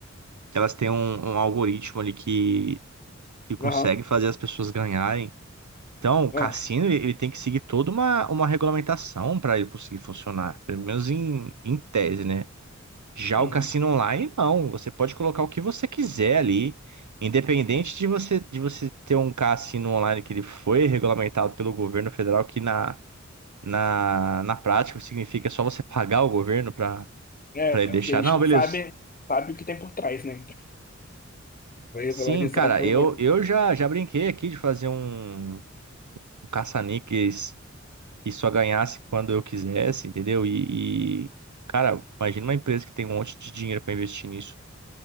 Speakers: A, on the right; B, on the left.
A: elas têm um, um algoritmo ali que consegue
B: Aham.
A: fazer as pessoas ganharem. Então, o cassino
B: Aham.
A: ele, ele tem que seguir toda uma, uma regulamentação para ele conseguir funcionar, pelo menos em, em tese, né? Já
B: Uhum.
A: o cassino online, não. Você pode colocar o que você quiser ali, independente de você de você ter um cassino online que ele foi regulamentado pelo governo federal, que na, na, na prática significa só você pagar o governo para
B: É,
A: para
B: porque
A: ele deixar.
B: a gente
A: Não,
B: não
A: beleza.
B: sabe, sabe o que tem por trás, né? Foi regularizado
A: Sim, cara,
B: pelo
A: eu,
B: governo.
A: eu já, já brinquei aqui de fazer um, um caça-níqueis que só ganhasse quando eu quisesse, entendeu? E, e, cara, imagina uma empresa que tem um monte de dinheiro para investir nisso.